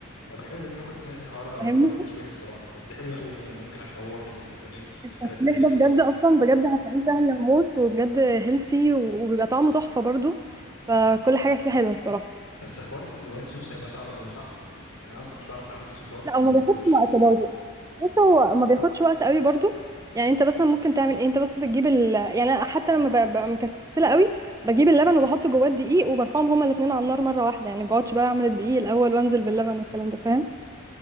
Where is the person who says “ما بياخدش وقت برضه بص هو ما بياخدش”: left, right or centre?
Right